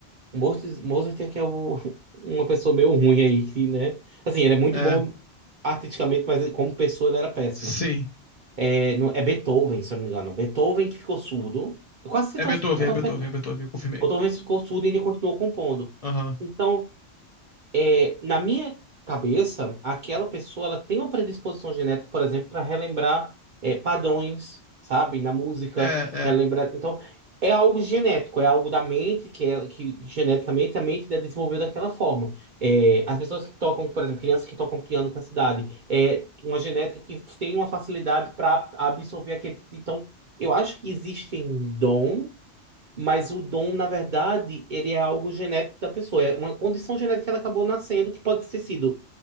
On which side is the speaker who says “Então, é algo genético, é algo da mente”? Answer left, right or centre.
Right